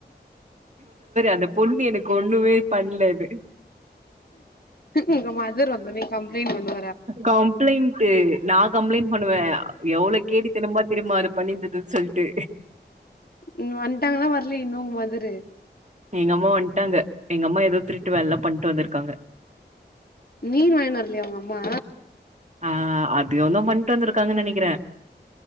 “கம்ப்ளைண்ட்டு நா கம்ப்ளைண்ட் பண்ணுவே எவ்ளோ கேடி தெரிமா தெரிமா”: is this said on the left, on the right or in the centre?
Right